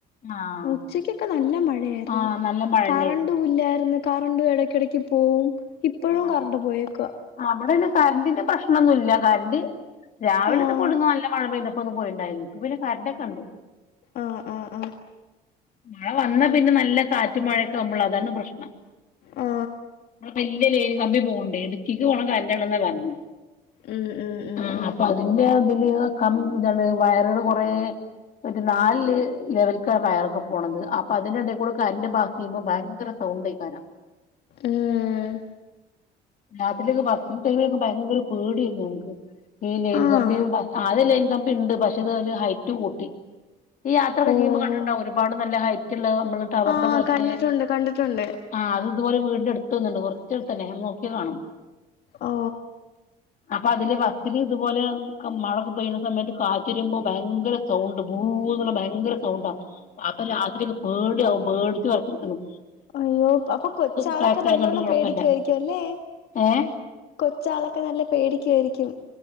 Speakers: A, on the left (about 50°); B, on the left (about 70°).
A: ആഹ്
B: ഉച്ചക്കൊക്കെ നല്ല മഴയായിരുന്നു.
A: ആഹ് നല്ല മഴന്നെയായിരുന്നു
B: കറണ്ടുംല്ലായിരുന്നു. കറണ്ട് ഇടയ്ക്കിടക്ക് പോകും. ഇപ്പോഴും
A: ആഹ്
B: കറണ്ട് പോയേക്കുക.
A: അവിടെന്നെ കറണ്ടിന്റെ പ്രശ്നമൊന്നും ഇല്ല കറണ്ട് രാവിലത്തെ
B: ആഹ്
A: പൊടുന്നു അല്ല മഴ പെയ. ഒന്ന് പോയിണ്ടായിരുന്നു. ഇപ്പൊ പിന്നെ കറണ്ടൊക്കെ ണ്ട്.
B: ആഹ് ആഹ് ആഹ്
A: മഴ വന്നാ പിന്നെ നല്ല കാറ്റ് മഴൊക്കെ ആവുമ്പോള അതാണ് പ്രശ്നം.
B: ആ
A: ഇവിടെ വലിയ ലൈൻ കമ്പി പോണ്ടേ ഇടുക്കിക്ക് പോണം കണെന്ന പറഞ്ഞു
B: ഉം ഉം ഉം
A: ആ
B: ഉം
A: അപ്പൊ അതിന്റെ- ല കം ഇതാണ് വയറുകള് കുറ- ഒരു നാല് ലെവലക്കാ വയറൊക്കെ പോണത് അപ്പൊ അതിന്റെടെ കൂടെ കരണ്ട് പാസ്സ് ചെയ്യുമ്പോ ഭയങ്കര സൗ സൗണ്ടക്കാനം.
B: ആഹ്
A: രാത്രീലൊക്കെ ബസിംങ്‌ ടൈമിലൊക്കെ ഭയങ്കര പേടിയരുന്നു ഞങ്ങക്ക്. ഈ ലൈൻ
B: ആഹ്
A: കമ്പി ആദ്യ ലൈൻ കമ്പി ഇ ണ്ട് പക്ഷെ ഇത് ഹൈറ്റ് കൂട്ടി. ഈ യാത്രൊക്ക
B: ഓഹ്
A: ചെയ്യ്പോ കണ്ട് ട്ട് ണ്ടോ ഒരുപാട് നല്ല ഹൈ നമ്മ ടവറിന്റെ
B: ആഹ്
A: പോലത്തെ
B: കണ്ടിട്ടുണ്ട് കണ്ടിട്ടുണ്ട്
A: ആ അത് ഇതുപോലെ വീടിന്റെ അടുത്തൊന്നുണ്ട്. തന്നെ നോക്കി കാണും.
B: ഓ
A: അപ്പൊ അതില് വസ്രി ഇതുപോലെ മഴക്കെ പെയ്യുന്ന സമയത്ത് കാച്ചിരുമ്പോ ഭയങ്കര സൗണ്ട് ബു ഭയങ്കര സൗണ്ടാ അപ്പൊ രാത്രിയൊക്കെ പേടിയാകും പേടിച്ച് വച്ചരിക്കുന്നു.
B: അയ്യോ അപ്പൊ കൊച്ചാളക്കെ
A: പ്രായാക്കായതുകൊണ്ട്
B: നല്ലോണ്ണം
A: കുഴപ്പല്ല
B: പേടി- രിക്കയിരിക്കും അല്ലെ
A: ഏഹ്
B: കൊച്ചാളൊക്കെ നല്ല പേടിക്കുവാ യിരിക്കും.